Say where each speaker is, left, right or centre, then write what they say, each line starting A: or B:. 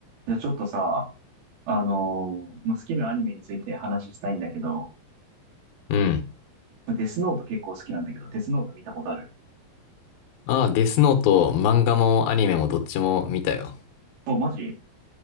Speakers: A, on the right (about 85°); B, on the left (about 80°).
A: じゃあちょっとさ、あのーまあ、好きなアニメについて話したいんだけど、
B: うん。
A: デスノート結構好きなんだけど、デスノート見たことある
B: ああ、デスノート、漫画もアニメもどっちも見たよ。
A: お、マジじ